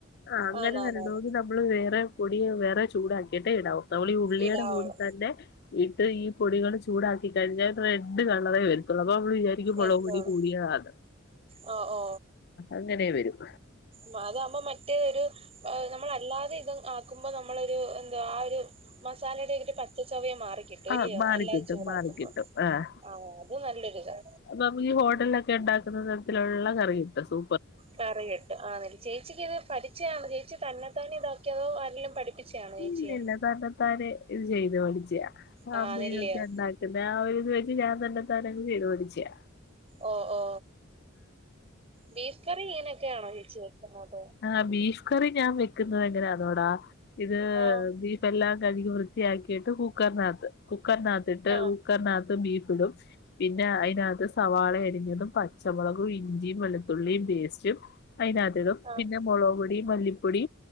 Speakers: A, on the left (about 55°); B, on the right (about 30°).
A: ആ അങ്ങനെ
B: ആന്നാന്നാന്ന്
A: വരണോങ്കിലൊ നമ്മള് വേറെ പൊടിയോ വേറെ ചൂടാക്കിയിട്ടേ ഇടാവു തോളീ ഉള്ളിയുടെ
B: ഇടാവോളൂ
A: കൂടെ തന്നെ ഇട്ട് ഈ പൊടികള് ചൂടാക്കി കഴിഞ്ഞാൽ റെഡ് കളറെ വരുത്തുള്ളൂ അപ്പൊ നമ്മള് വിചാ ഇത് മൊളക്
B: എടുത്തോളൂ
A: പൊടി കൂടിയാത്
B: ഓ ഓ
A: അങ്ങനെ വരും
B: വാതാവുമ്പോ മറ്റേരു അഹ് നമ്മളല്ലാതെ ഇത് ആക്കുമ്പോ നമ്മളൊരു എന്താ ആ ഒരു മസാലയുടെ ഒരു പച്ചച്ചുവയും മാറിക്കി ട്ടൊരുയോ
A: ആഹ് മാറിക്കിട്ടും
B: അല്ലാതെ ചൂടാക്കുമ്പൊ
A: മാറിക്കിട്ടും ആഹ്
B: ആ അത് നല്ലൊരുതാ
A: അപ്പൊ നമുക്കീ ഹോട്ടലിലൊക്കെ ഒണ്ടാക്കുന്ന തരത്തിലുള്ള കറികിട്ടും സൂ
B: കറികിട്ടും ആ ചേച്ചിക്കിത് പഠിച്ചെയാണ് ചേച്ചി തന്നെത്താനെ ഇതാക്കിയതോ ആരെലും പഠിപ്പി ച്ചാണേ ചേച്ചിയെ
A: ഇല്ല ഇല്ല തന്നെത്താനെ ഇത് ചെയ്ത് പഠിച്ചാ <unintelligible>
B: ആ നെല്ലിയോ
A: പിന്നെ ആ ഒരിത് വെച്ച് ഞാൻ തന്നെത്താനങ്ങ് ചെയ്തു പഠിച്ചാ
B: ഓ ഓ ബീഫ് കറി ഇങ്ങനെയൊക്കെയണോ ചേച്ചി വെക്കുന്നത്
A: ആ ബീഫ് കറി ഞാൻ വെക്കുന്നത് എങ്ങനെയാന്നോടാ ഇത്
B: ആ
A: ബീഫ് ഫെല്ലാം കഴുകി വൃത്തിയാക്കിയിട്ട് കുക്കറിനകത്ത് കുക്കറിനകത്തിട്ട്
B: ആ
A: കുക്കറിനകത്ത് ബീഫ് ഇടും പിന്നെ അയിനകത്ത് സവാള അരിഞ്ഞതും പച്ചമുളകും ഇഞ്ചി വെളുത്തുള്ളി പേസ്റ്റ് റ്റും അതിനകത്തിടും
B: ആ
A: പിന്നെ മുളക് പൊടി മല്ലിപ്പൊടി